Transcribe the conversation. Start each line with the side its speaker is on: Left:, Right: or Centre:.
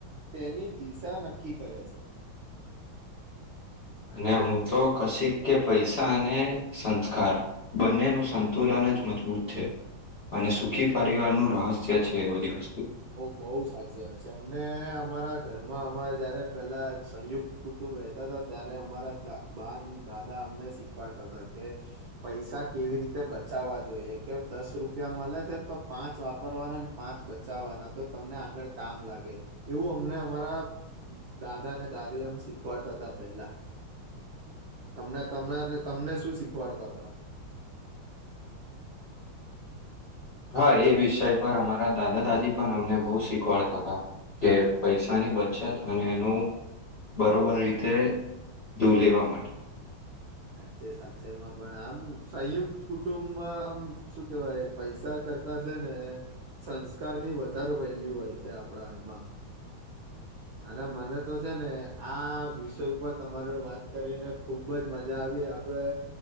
Right: તેની દિશા નક્કી કરે છે
Left: અને હું તો કશિક કે પૈસા અને સંસ્કાર બંનેનું સંતુલન જ મજબૂત છે અને
Right: સાચ
Left: સુખી પરિવારનું રહસ્ય છેજ એ બધી વસ્તુ
Right: બઉુ સાચી વાત છે અમને અમારા ઘરમાં અમારે જયારે પેલા સંયુક્ત કુટુંબ રહેતા હતા ત્યારે અમારા બાન દાદા અમને શીખવાડતા હતા કે પૈસા કેવી રીતે બચાવવા જોઈએ કે દસ રૂપિયા મળે છે તો પાંચ વાપરવાના ને પાંચ બ બચવાના તો તમને આગળ કામ લાગે એવું અમને અમારા દાદા અનેને દાદી અમ શીખવાડતા હતા પેલા તમને ત તમને શું શીખવાડતા
Left: હા એ બી વિષય પર
Right: હલો
Left: હમારા દાદા દાદી પણ અમને બહુ શીખવાડતા હતા કે પૈસાની બચત અને એનું બરોબર રીતે દૂર લેવા માટે
Right: સાચે સાચેમાં પણ આમ સંયુક્ત કુટુંબમાં આમ શું કેવાય પૈસા કરતા છે ને સંસ્કાર ની વધારે વેલ્યુ હોય છે આપડા એમાં અને મને તો છે ને આ વિષય ઉપર તમારે વાત કરીને ખુબ જ મજા મજા આવી આપણે